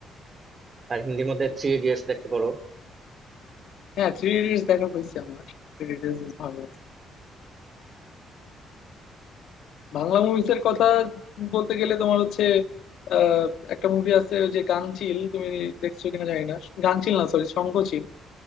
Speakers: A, on the right; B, on the left.
A: আর হিন্দির মধ্যে থ্রি ইডিয়টস দেখতে পারো
B: হ্যাঁ থ্রি ইডিয়টস দেখা হয়েছে আমার থ্রি ইডিয়টস ভালো লাগছে বাংলা মুভিজের কথা বলতে গেলে তোমার হচ্ছে আহ, একটা মুভি আছে ওই যে গাঙচিল তুমি দেখছো কিনা জানি না গাঙচিল না সরি শঙ্খচিল